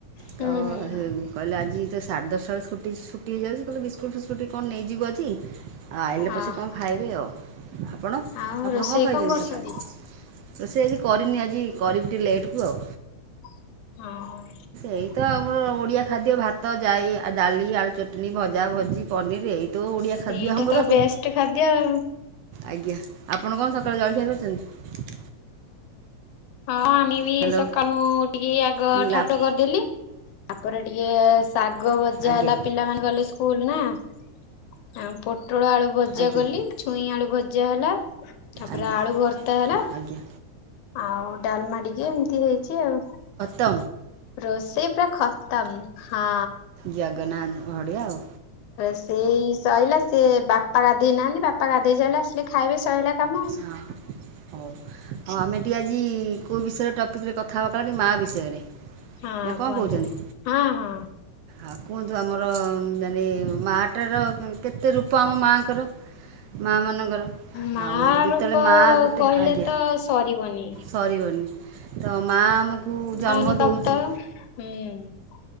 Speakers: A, on the left (about 80°); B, on the right (about 75°).
A: ହୁଁ
B: ତ
A: ହୁଁ
B: ହେ କହିଲେ ଆଜି। ତ ସାଢ଼େ ଦଶଟ ବେଳେକୁ ଛୁ ଛୁଟି ହେଇଯାଉଛି କହିଲଲେ ବିସ୍କୁଟ ଫିସ୍କୁଟ୍ କଣ ନେଇଯିବ ଆଜି। ଆ ଆଇେ ପଛେ
A: ଓହୋ
B: କଣ ଖାଇବେ ଆଉ ଆପଣ
A: ଆଉ
B: ଆପଣ
A: ରୋଷେଇ
B: କଣ ଖାଇଚତି
A: କରୁଛନ୍ତି?
B: ସକାଳେ ତ ସେ କରିନି ଆ ଆଜି କରିବି ଟିକେ ଲେଟ୍ କୁ ଆଉ।
A: ହଁ।
B: ଏଇ ତ ଆମର ଓଡିଆ ଖାଦ୍ୟ ଭାତ ଯାଏ ଆ। ଡାଲି ଆଳୁ ଚଟଣି ଭଜା ଭଜି ପନିର ଏଇ ତ ଓଡ଼ିଆ
A: ସେଇଟା
B: ଖାଦ୍ୟ ଆମର
A: ତ
B: ଆଉ।
A: ବେଷ୍ଟ ଖାଦ୍ୟ ଆଉ।
B: ଆଜ୍ଞା ଆପଣ କଣ ସକାଳୁ ଜଳଖିଆ କରିଛନ୍ତି।
A: ହଁ ହଁ ଆମେ ବି
B: ହ୍ୟାଲୋ
A: ସକାଳୁ
B: ମୁଁ
A: ଟିକେ ଆଗ
B: କହିଲି
A: ଠାକୁର
B: ଆପ
A: କରିଦେଲି ତାପରେ ଟିକେ ଶାଗ ଭଜା
B: ଆଜ୍ଞା
A: ହେଲା ପିଲା ମନେ ଗଲେ ସ୍କୁଲ। ନା। ପୋଟଳ ଆଳୁ ଭଜା
B: ଆଜ୍ଞା
A: କଲି ଛୁଇଁ ଆଳୁ ଭଜା ହେଲା ତାପରେ
B: ଆଜ୍ଞା
A: ଆଳୁ ଭର୍ତା ହେଲା।
B: ଆଜ୍ଞା
A: ଆଉ ଡାଲମା ଟିକେ ଏମିତି ହେଇଛି ଆଉ।
B: ତ
A: ରୋଷେଇ ପୁରା ଖତମ ହଁ।
B: ଜଗନ୍ନାଥ ବଢ଼ିଆ ଆଉ
A: ସେଇ ସରିଲା ସେ ବାପା। ବାପା ଗାଧେଇ ନାହାନ୍ତି ବାପା ଗାଧେଇ ସାରିଲେ ଆସିଲେ ଖାଇବେ ସଇଲା କାମ।
B: ହଁ ହଉ ଆମେ ଟିକେ ଆଜି କୋଉ ବିଷୟରେ ଟପିକ ରେ କଥା ହବା ମା ବିଷୟରେ।
A: ହଁ
B: ନା କଣ
A: କୁହନ୍ତୁ
B: କହୁଛନ୍ତି?
A: ହଁ ହଁ।
B: ଆଉ କୁହନ୍ତୁ ଆମର ମାନେ ମାଟାର କେତେ ରୂପ ଆମ ମାଙ୍କର ମା ମାନଙ୍କର
A: ମା
B: ଆଉ ଯେତେବେଳେ
A: ରୂପ
B: ମା ଗୋଟେ
A: କହିଲେ
B: ଆଜ୍ଞା
A: ତ ସରିବନି
B: ସରିବନି। ତ ମା ଆମକୁ ଜନ୍ମ
A: ଆଇନ
B: ଦେଉଛି
A: <unintelligible>